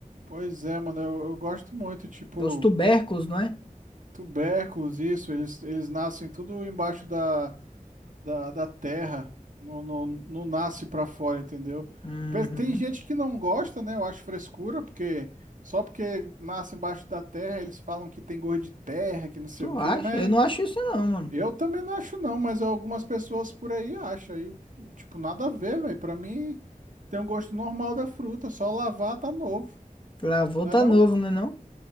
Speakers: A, on the right; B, on the left.
A: pois é, mano, eu, eu gosto muito, tipo,
B: É os tubérculos, não é?
A: tubérculos, isso, eles, eles nascem tudo embaixo da da, da terra, não, não, não nasce para fora, entendeu?
B: Uhum.
A: Pe- Tem gente que não gosta, né? Eu acho frescura, porque só porque nasce embaixo da terra, eles falam que tem gosto de terra, que não sei
B: Tu
A: o quê,
B: acha?
A: mas
B: Eu não acho isso não, mano.
A: eu também não acho, não, mas algumas pessoas por aí acham. Aí, tipo, nada a ver, velho. Pra mim, tem um gosto normal da fruta, só lavar tá novo,
B: Lavou
A: não
B: tá
A: é não?
B: novo, né não?